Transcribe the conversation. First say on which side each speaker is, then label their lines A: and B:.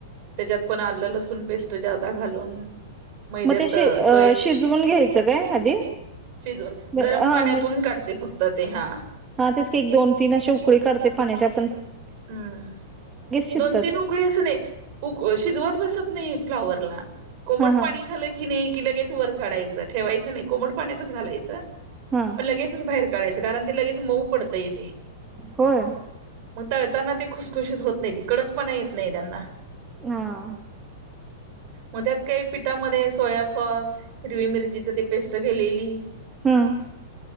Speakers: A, on the right; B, on the right.
A: त्याच्यात पण, आलं लसूण पेस्ट जादा घालून मैद्यात
B: मग ते शि
A: अस
B: अ शिजवून घ्यायचं काय आधी?
A: शिजवून,
B: हा
A: गरम पाण्यातून
B: म्हणजे
A: काढते फक्त ते हा.
B: हा तेच एक दोन तीन अशी उकळी काढते पाण्याच्या
A: हम
B: शिजतात
A: दोन तीन उकळी असं नाही उक शिजवत बसत नाही. फ्लावरला कोमट
B: हा हा
A: पाणी झालं की काही की लगेच वर काढायचं ठेवायचं नाही, कोमट पाण्यातच घालायचं
B: हा
A: मग लगेच बाहेर गाळायचं कारण ते लगेच मऊ पडतयं.
B: होय.
A: मग तळताना ते खुसखुशीत होत नाही, ती कडकपणा येत नाही त्यांना.
B: हा.
A: मग त्यात काही पिठामध्ये सोया सॉस, हिरवी मिरचीची ते पेस्ट केलेली
B: हम.